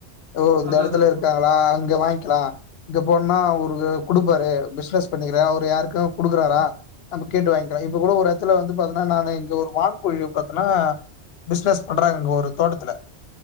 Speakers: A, on the left; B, on the right.
A: ஓ இந்த
B: அது
A: எடத்துல
B: அதா
A: இருக்காங்களா
B: ப்ரோ
A: அங்க வாங்கிக்லா இங்க போனா அவரு குடுப்பாரு பிஸ்னஸ் பண்ணிக்கிறே அவரு யாருக்கு குடுக்குறாரா நம்ம கேட்டு வாங்கிக்கலா இப்ப கூட ஒரு எடத்துல வந்து பாத்தெனா நானு இங்க ஒரு வான் கோழிய பாத்தன்னா பிஸ்னஸ் பண்றாங்க இங்க ஒரு தோட்டத்துல